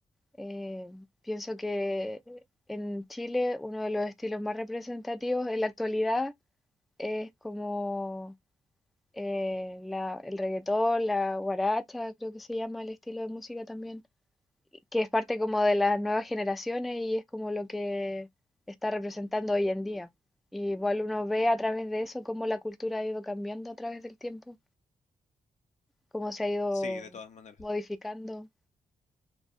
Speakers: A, in the centre; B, on the left.
A: eh, pienso que en Chile uno de los estilos más representativos en la actualidad es como eh, la- el reggaetón, la guaracha, creo que se llama el estilo de música también, que es parte como de las nuevas generaciones y es como lo que está representando hoy en día. Y igual uno ve a través de eso cómo la cultura ha ido cambiando a través del tiempo. cómo se ha ido
B: Sí, de todas maneras,
A: modificando